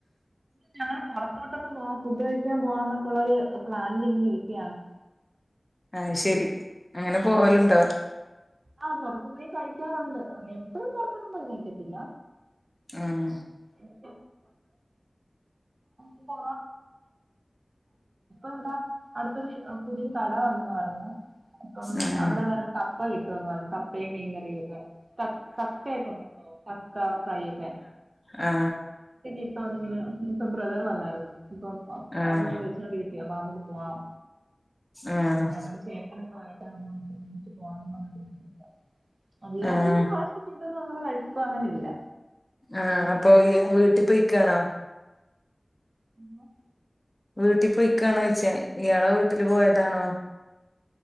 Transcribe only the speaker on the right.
ഞങ്ങ ള് പുറത്തോട്ടൊന്ന് പോ ഉപയോഗിക്കാൻ പോവാന്നൊക്കെയുള്ളൊരു പ്ലാനിൽങ്ങനെ കിട്യാണ്
ആഹ് പുൊറത്തുകുടി കഴിക്കാറുണ്ട് <unintelligible> എപ്പഴും പുറത്തൊന്നുംപോയി കഴി ക്കത്തില്ല
<unintelligible> ഇപ്പൊ ഇവിടെ അടുത്തൊരു പുതിയൊരു കട വന്നന്ന് പറഞ്ഞു പ്പം
അവിടെ നല്ലപ്പാ പോയിട്ട് വന്നൊളി <unintelligible> മീൻകറിയയൊക്കെ തക്കയൊക്കെ ഉണ്ടല്ലോ തക്ക ഫ്രൈ ഒക്കെ
ഇപ്പവന്നിങ്ങനെ ഇപ്പൊ ബ്രദറ് വന്നായിരുന്നു ഇപ്പം
അവള് വിളിച്ചോണ്ടിരിക്കും ദേ വാ അമുക്ക് പോവാാം
അ ഞങ്ങ ടെ ചേട്ടനാ <unintelligible> വങ്ങിച്ച് പോവാന്ന് പറഞ്ഞ നിന്നിട്ട അല്ലാ
തന്ന <unintelligible> എ ന്നും അങ്ങനെ കഴിപ്പം അങ്ങനെ ഇല്ല
ഊ മ